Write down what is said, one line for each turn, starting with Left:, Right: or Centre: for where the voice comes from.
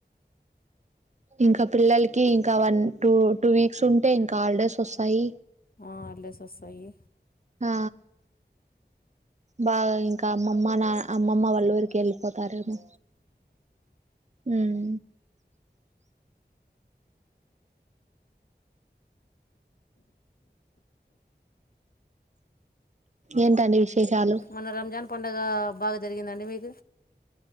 Right: ఇంకా పిల్లలకి ఇంకా వన్ టూ టూ వీక్స్ ఉంటే ఇంకా హాలిడేస్ వొస్తాయి
Left: హాల్డేస్ వొస్తాయి
Right: ఆ బాగా ఇంకా అమ్మమ్మ నా అమ్మమ్మ వాళ్ళ ఊరికి వెళ్ళిపోతారేమో ఉమ్ ఏంటండి విశేషాలు
Left: మొన్న రంజాన్ పండగ బాగా జరిగిందండి మీక్